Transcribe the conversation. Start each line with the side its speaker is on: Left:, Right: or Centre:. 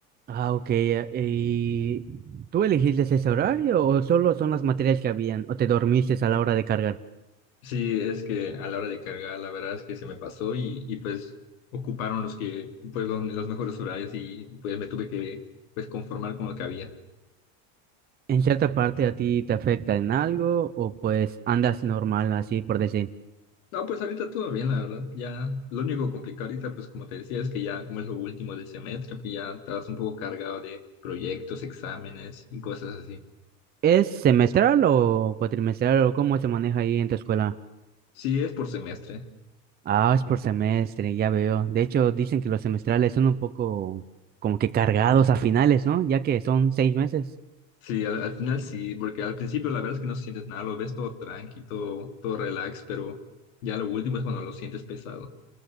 Right: Ah, ok. eh, ¿Y tú elegiste ese horario o solo son las materias que habían o te dormiste a la hora de cargar?
Left: Sí, es que a la hora de cargar, la verdad es que se me pasó y, y, pues ocuparon los que, pues los, los mejores horarios y pues me tuve que pues conformar con lo que había.
Right: ¿En cierta parte a ti te afecta en algo o pues andas normal así por decir?
Left: No, pues ahorita todo bien, la verdad. Ya, lo único complicado ahorita, pues como te decía, es que ya como es lo último del semestre, pues ya estás un poco cargado de proyectos, exámenes y cosas así.
Right: ¿Es semestral o cuatrimestral o cómo se maneja ahí en tu escuela?
Left: Sí, es por semestre.
Right: Ah, es por semestre, ya veo. De hecho, dicen que los semestrales son un poco como que cargados a finales, ¿no? Ya que son seis meses.
Left: Sí, al, al final sí, porque al principio la verdad es que no sientes nada, lo ves todo tranqui, todo, todo relax, pero ya lo último es cuando lo sientes pesado.